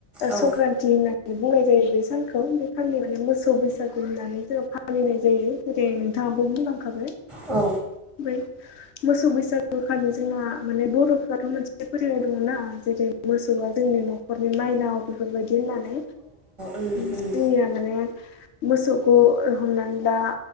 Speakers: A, on the right; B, on the left.
A: औ
B: संक्रान्ति होननानै बुंनाय जायो बे सान खौ बे खालि माने मोसौ बैसागु होननानै जोङो फालिनाय जायो जेरै नोंथाङाबो बुंलांखाबाय
A: औ
B: ओमफ्राय मोसौ बैसागु खालि जोंहा माने बर'फ्राथ' मोनसे फोरोंनाय दङ ना जेरै मोसौआ जों नि नखरनि माइनाव बेफोरबायदि होननानै
A: उम उम
B: जोंनिया माने मोसौखौ हमनानै ला